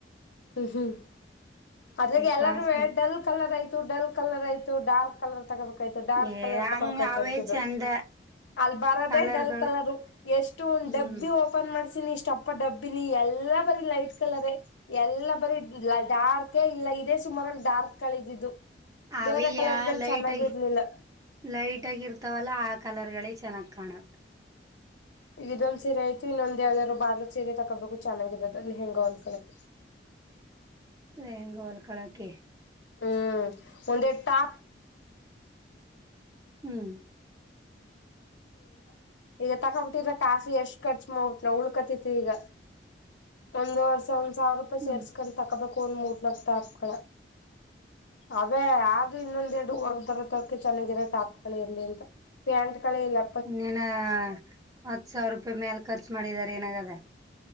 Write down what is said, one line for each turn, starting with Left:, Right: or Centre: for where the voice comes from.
Left: ಹ್ಮ್, ಹ್ಮ್ ಅದ್ರಾಗ ಎಲ್ಲರೂ
Right: ಕಾಸ
Left: ಡಲ್ ಕಲರ್ ಆಯ್ತು ಡಲ್ ಕಲರ್ ಆಯ್ತು ಡಾರ್ಕ್ ಕಲರ್ ತಗೋಬೇಕಾಯ್ತು ಡಾರ್ಕ್
Right: ಏ
Left: ಕಲರ್
Right: ಹಂಗ
Left: ತಗೋಬೇಕಾಯ್ತು
Right: ಅವೇ
Left: ಅಂತಿದ್ರು.
Right: ಚಂದ
Left: ಅಲ್ ಬರದೆೇ
Right: ಕಲರ್ಗಳು
Left: ಡಲ್ ಕಲರು ಎಷ್ಟು ಒಂದ
Right: ಹ್ಮ್
Left: ಡಬ್ಬಿ ಒಪನ್ ಮಾಡ್ಸಿನಿ ಇಷ್ಟಪ್ಪ ಡಬ್ಬಿಲಿ ಎಲ್ಲಾ ಬರಿ ಲೈಟ್ ಕಲರ್ ಎಲ್ಲಾ ಬರಿ ಡಾರ್ಕ್ ಅದೆ ಇಲ್ಲ ಇದೇ ಸುಮಾರಾಗಿ ಡಾರ್ಕ್ ಕಲರಿದ್ದಿದ್ದು.
Right: ಅವಿಯ
Left: ಬೇರೆ ಕಲರ್ ಗಳು
Right: ಲೈಟ್
Left: ಚೆನ್ನಾಗಿ
Right: ಆಗಿ
Left: ಇರ್ಲಿಲ್ಲ.
Right: ಲೈಟ್ ಆಗಿ ಇರ್ತಾವಲ್ಲ ಆ ಕಲರ್ ಗಳೆ ಚೆನ್ನಾಗ್ ಕಾಣದು.
Left: ಈಗ ಇದೊಂದ್ ಸೀರೆ ಆಯತು ಇನ್ನೊಂದ್ ಯಾವ್ದಾದಾರು ಬಾಡರು ಸೀರೆ ತಕೋಬೇಕು. ಚನಾಗಿರೊದು ಅಲ್ಲಿ ಹೆಂಗ ಒಂದ್ಕಳಕ್ಕೆ. <inaudible>
Right: ಲೆಹಂಗ ಒಲ್ ಕಳೋಕ್ಕೆ.
Left: ಹ್ಮ್, ಒಂದೆ ಟಾಪ್
Right: ಹ್ಮ್,
Left: ಈ ತಕೊಬ ಬಿಟ್ಟಿದ್ರ ಕಾಸ್ ಎಷ್ಟ್ ಖರ್ಚು ಮಾಡ್ಬಿಟ್ಟ ಉಳ್ಕತ್ತಿತಈಗ. ಒಂದ್ ವರ್ಷ ಒಂದ್ ಸಾವಿರ ರೂಪಾಯಿ
Right: ಹ್ಮ್
Left: ಸೇರ್ಸ್ಕೊಂಡು ತಕೋಬೇಕು ಒಂದ್ ಮೂರ್ನಾಲ್ಕ ಟಾಪ್ ಗಳ. ಅವೇ ಆದೂ ಇನ್ನೊಂದ ಎರಡು ವರ್ ಬರತಕೆ <unintelligible> ಚೆನ್ನಾಗಿರ ಟಾಪ್ಗಳುಇರ ಲ್ಲಿಲ್ಲಾಅಂತ ಪ್ಯಾಂಟ್ ಗಳೆ ಇಲ್ಲಾ
Right: ಇನ್ನೇನ ಹತ್ ಸಾವಿರ ರೂಪಾಯಿ ಮೇಲೆ ಖರ್ಚು ಮಾಡಿದ್ದಾರೆ ಏನಾಗದ.